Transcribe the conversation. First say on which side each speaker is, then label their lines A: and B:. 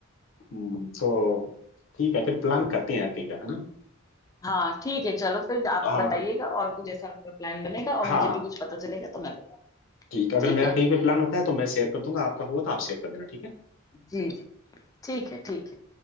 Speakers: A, on the left; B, on the left.
A: हम्म, तो ठीक है फिर प्लान करते हैं यार कहीं का है ना
B: हाँ ठीक है चलो फिर आप
A: हाँ
B: बताइएगा और कुछ जैसा आपका प्लान बनेगा और
A: हाँ
B: मुझे भी कुछ पता चलेगा तो मैं बताऊँ
A: ठीक है अगर
B: ठीक
A: मेरा
B: है
A: कहीं पे प्लान होता है तो मैं शेयर कर दूंगा आपका हुआ तो आप शेयर कर देना ठीक है
B: जी जी ठीक है ठीक है